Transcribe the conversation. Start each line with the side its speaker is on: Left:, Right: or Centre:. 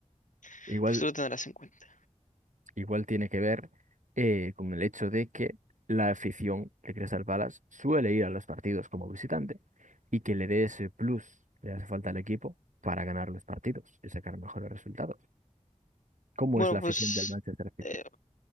Left: Bueno,
Right: Igual
Left: pues tú lo tendrás en cuenta.
Right: igual tiene que ver eh, con el hecho de que la afición de Crystal Palace suele ir a los partidos como visitante y que le dé ese plus que le hace falta al equipo para ganar los partidos y sacar mejores resultados. ¿Cómo
Left: Bueno,
Right: es la
Left: pues
Right: afición del Manchester City?
Left: eh,